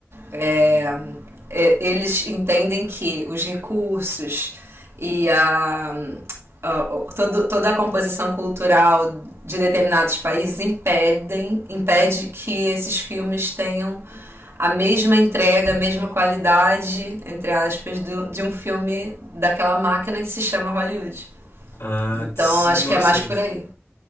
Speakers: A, on the right; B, on the left.
A: É, é, eles entendem que os recursos e a, a- o- todo- toda a composição cultural de determinados países impedem, impede que esses filmes tenham a mesma entrega, a mesma qualidade, entre aspas, do, de um filme daquela máquina que se chama Hollywood.
B: Ah,
A: Então
B: sim,
A: acho
B: nossa,
A: que é mais por aí.